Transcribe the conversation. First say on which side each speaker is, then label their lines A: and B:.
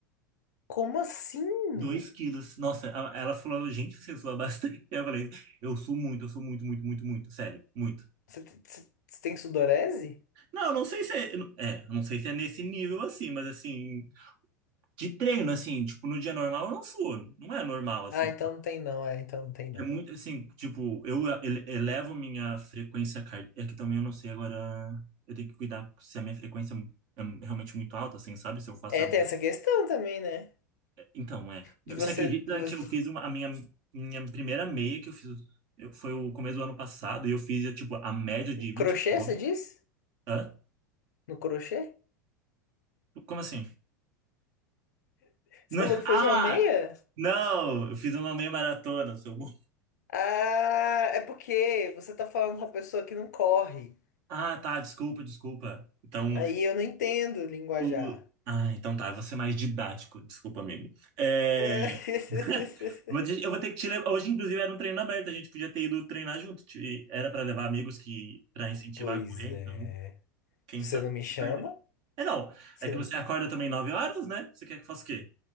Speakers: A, on the left; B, on the right.
A: Como assim?
B: Dois quilos. Nossa, a- ela falou, gente, você sua bastante. <laughs> Eu falei, eu suo muito, eu suo muito, muito, muito, muito, sério, muito.
A: Você te- você- você tem sudorese?
B: Não, eu não sei se é, é, eu não sei se é nesse nível assim, mas assim, de treino, assim, tipo, no dia normal eu não suo, não é normal, assim.
A: Ah, então não tem não, é, então não tem não.
B: É muito, assim, tipo, eu ele- elevo minha frequência cardíaca, é que também eu não sei agora, eu tenho que cuidar se a minha frequência é é realmente muito alta, assim, sabe? Se eu faço
A: É, tem essa questão também, né?
B: Então, é.
A: De
B: Você
A: você,
B: acredita
A: você-
B: que eu fiz uma, a minha, minha primeira meia que eu fiz eu- foi o começo do ano passado e eu fiz, tipo, a média de 21
A: Crochê,
B: quilômetros?
A: você disse?
B: Hã?
A: No crochê?
B: Como assim?
A: Você
B: Não-
A: falou
B: <laughs>
A: que fez
B: Ah!
A: uma meia?
B: Não! Eu fiz uma meia maratona, seu burro.
A: Ah, é porque você tá falando com uma pessoa que não corre.
B: Ah, tá. Desculpa, desculpa. Então,
A: Aí eu não entendo linguajar.
B: o- Ah, então tá. Eu vou ser mais didático. Desculpa, amigo. É...
A: <laughs>
B: <laughs> Vou te- Eu vou ter que te levar. Hoje, inclusive, era um treino aberto. A gente podia ter ido treinar junto. Te- Era para levar amigos que para incentivar
A: Pois
B: a correr, então.
A: é.
B: Quem
A: Você
B: sabe?
A: não me chama?
B: Eu perdi. É não,
A: Você
B: é que você
A: não...
B: acorda também 9 horas, né? Você quer que eu faça o quê?